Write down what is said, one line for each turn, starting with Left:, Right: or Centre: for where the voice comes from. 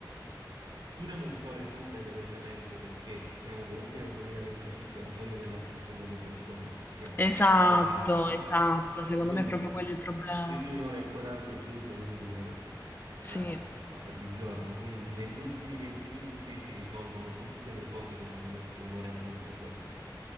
Right: tirano un po' le somme velocemente perché siamo comunque nel 2025, la soglia dell'attenzione delle persone si abbassa,
Left: Esatto,
Right: è bassa,
Left: esatto, secondo
Right: quindi
Left: me è proprio quello il problema.
Right: Più di un'ora e 40 i film non durano boh,
Left: Sì,
Right: eh, oggigiorno, quindi negli ultimi 20 minuti si risolvono tutte le cose che ci hanno messo un'ora e mezza per,